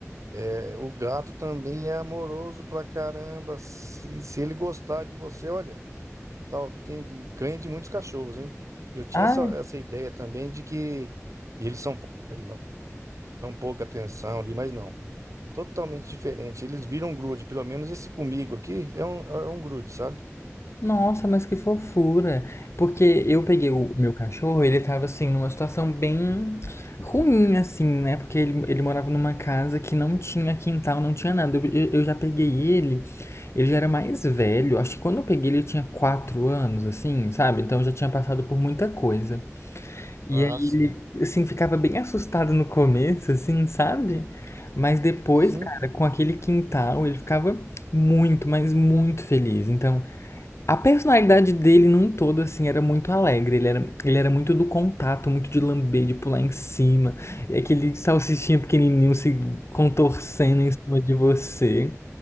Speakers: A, on the right; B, on the left.
A: É, o gato também é amoroso pra caramba. Se, se ele gostar de você, olha. tal, tem, ganha de muitos cachorros, hein? Eu tinha
B: Ah,
A: essa, essa ideia também de que eles são poucos, dão pouca atenção ali, mas não. Totalmente diferente. Eles viram um grude. Pelo menos esse comigo aqui é um, é um grude, sabe?
B: Nossa, mas que fofura! Porque eu peguei o meu cachorro, ele tava assim, numa situação bem ruim, assim, né? Porque ele, ele morava numa casa que não tinha quintal, não tinha nada. Eu, eu- eu já peguei ele, ele já era mais velho, acho que quando eu peguei ele tinha quatro anos, assim, sabe? Então já tinha passado por muita coisa. E
A: Ah,
B: aí
A: sim.
B: ele, assim, ficava bem assustado no começo, assim, sabe? Mas depois,
A: Sim,
B: cara, com aquele quintal, ele ficava muito, mas muito feliz. Então. A personalidade dele num todo, assim, era muito alegre. Ele era, ele era muito do contato, muito de lamber, de pular em cima. E aquele salsichinha pequenininho se contorcendo em cima de você.